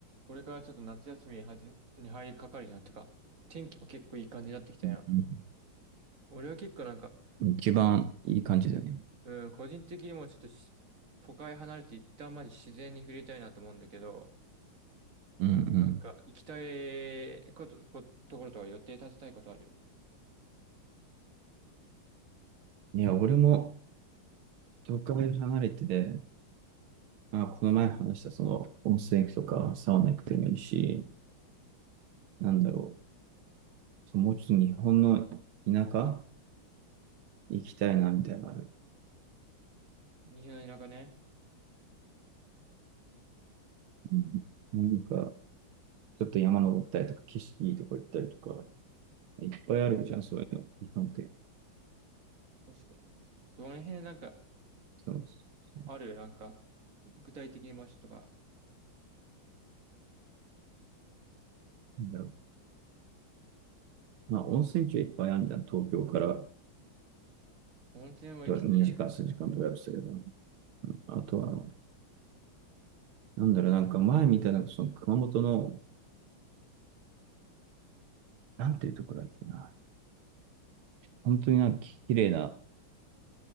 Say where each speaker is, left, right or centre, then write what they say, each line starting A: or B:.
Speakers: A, on the right; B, on the right.
A: これからちょっと夏休みにはじに入りかかるじゃん。てか、天気も結構いい感じになってきたやん。
B: うん
A: 俺は結構なんか、
B: 一番いい感じだよね。
A: 個人うん、個人的にもちょっとし都会離れて一旦マジ自然に触れたいなと思うんだけど、
B: うん
A: なんか行きたいこと、こ、ところとか予定立てたいことある
B: うん。いや、俺も都会離れて、まあ、この前話したその温泉行くとかサウナ行くでもいいし、なんだろう。そうもうちょっと日本の田舎行きたいなみたいなのある。
A: 日本の田舎ね。
B: うんなんか、ちょっと山登ったりとか、景色いいとこ行ったりとか、いっぱいあるじゃん、そういうの。日本って。
A: 確かにね。どの辺なんか
B: そうそうそう
A: あるなんか、具体的な場所とか、
B: なんだろう。まあ、温泉地はいっぱいあるじゃん。東京から
A: 温泉は行きたいよね。
B: どれ2時間、3時間ドライブすれば。うんあとは、なんだろう、なんか前見たなんかその熊本の、なんていうとこだっけな。本当になんか綺麗な、